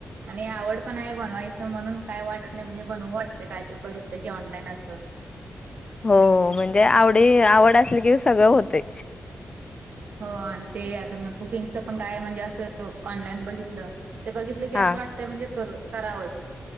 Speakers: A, on the right; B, on the left.
A: आणि आवड पण हाय बनवायचं म्हणून काय वाटत नाही, म्हणजे बनवु वाटतय काय तर बघितलं की ऑनलाईन असं. हा
B: हो, म्हणजे आवडी आवड असली की सगळं होतेय.
A: हो, आणि ते अजून कुकिंगच पण काय म्हणजे असं, ऑनलाईन बघितलं ते बघितलं की
B: हा
A: असं वाटतंय म्हणजे करू, करावंच.